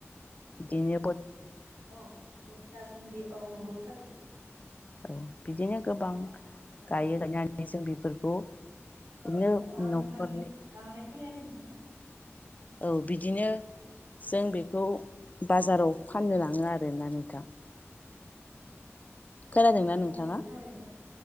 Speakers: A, on the left; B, on the right.
A: बिदिनो फोद
B: औ लेस्रा भिन्दि औ नंगौ थारैनो
A: औ बिदिनो गोबां
B: औ
A: गायो दानिया, जों बेफोरखौ बिदिनो
B: औ आं
A: न'खरनि
B: नोंथांनिखौ बांद्राय खोनायाखै नोंथां,
A: औ बिदिनो जों बेखौ बाजाराव फाननो लाङो आरोना नोंथां, खोनादोंना
B: औ
A: नोंथाङा?
B: नंगौ थारैनो